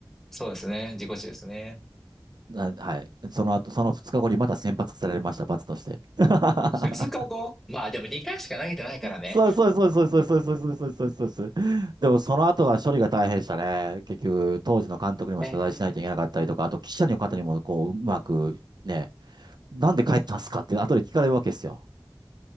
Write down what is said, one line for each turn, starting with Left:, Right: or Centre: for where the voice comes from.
Centre: そうですね。自己中ですね。
Right: なはい。その後、その2日後にまた先発されました、罰として。<laughs>
Centre: 2日後まあでも2回しか投げてないからね。
Right: そうそうそうそうそうそうそうそうそうそうそうでもその後が処理が大変でしたね。結局、当時の監督にも謝罪しないといけなかったりとか、
Centre: えー、
Right: あと記者の方にもこう、うまくね、なんで帰ったんすかって後で聞かれるわけですよ。